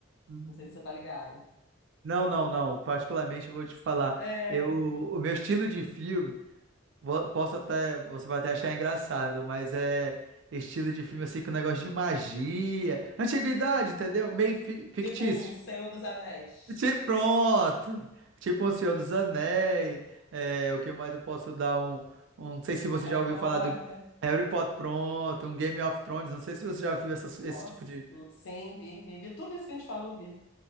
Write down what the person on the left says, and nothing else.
Não sei se você tá ligado.
É
tipo um Senhor dos Anéis,
um Harry
Potter.
Nossa,
sim, vi, vi, vi tudo isso que a gente falou, eu vi.